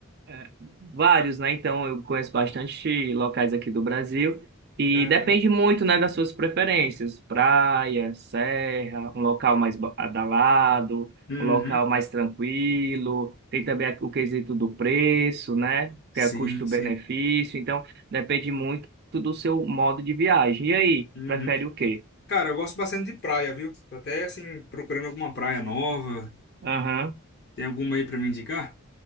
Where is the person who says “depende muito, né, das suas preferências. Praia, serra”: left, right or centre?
Right